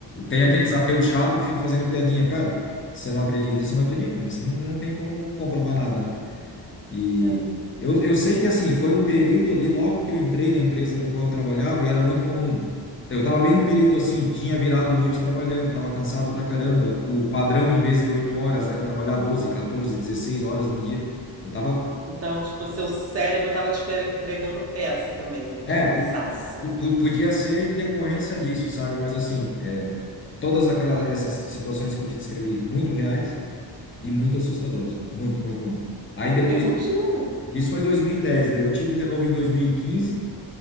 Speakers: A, on the left; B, on the right.
A: Tem
B: Uhum,
A: aqueles ateus chato que ficam fazendo piadinha, cara. Você não acredita, você não acredita, mas você não, não tem como comprovar nada, né? E
B: é.
A: eu, eu sei que assim, foi um período ali, logo que eu entrei na empresa para qual eu trabalhava, e era muito comum. Então, Eu estava bem num período assim, tinha virado noite trabalhando, estava cansado pra caramba. O padrão, em vez de 8 horas, era trabalhar doze catorze dezesseis horas no dia. Eu tava.
B: Então, tipo, seu cérebro tava te pre- pregando peça também, né,
A: É,
B: de cansaço.
A: pu- pu- pu- podia ser em decorrência disso, sabe? Mas assim, é, todas aquelas essas situações que eu te descrevi, muito reais e muito assustadoras. Muito, muito, muito. Aí depois,
B: Eu imagino,
A: isso, isso foi dois mil e dez daí eu tive de novo em dois mil e quinze